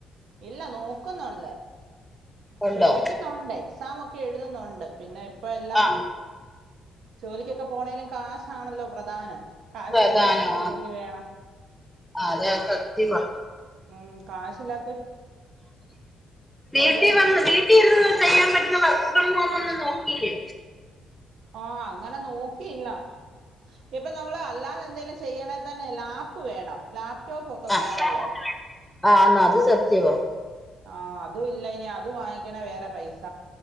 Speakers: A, on the right; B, in the centre.
A: ഇല്ല നോക്കുന്നുണ്ട്
B: ഉണ്ടോ
A: ശ്രമിക്കുന്നുണ്ട് എക്സാം ഒക്കെ എഴുതുന്നുണ്ട് ണ്ട് പിന്നെ ഇപ്പം എല്ലാം
B: ആ
A: ജോലിക്കൊക്കെ പോണെലും കാശാണല്ലോ പ്രധാനം കാശ്
B: പ്രധാനം
A: കൊടുത്ത എത്ര ജോലി വേണം
B: അതെ അത് സത്യവാ
A: ഉം കാശില്ലാ
B: വീട്ടി
A: ഓരോ എക്സാം
B: വന്ന് വീട്ടിരുന്ന് ചെയ്യാൻ പറ്റുന്ന വർക്ക് ഫ്രം ഹോം ഒന്നു നോക്കിലേ
A: ഓ അങ്ങനെ നോക്കിയില്ല ഇപ്പൊ നമ്മളൾ അല്ലാതെ എന്തേലും ചെയ്യണെ തന്നെ ലാപ്പ് വേണം ലാപ്പ് ടോപ്പ് ഒക്കെ
B: ആഹ്
A: വേണോല്ലോ
B: ആന്ന് അത് സത്യവാ
A: ആ അതും ഇല്ല ഇനി അത് വാങ്ങിക്കണേ വേറെ പൈസ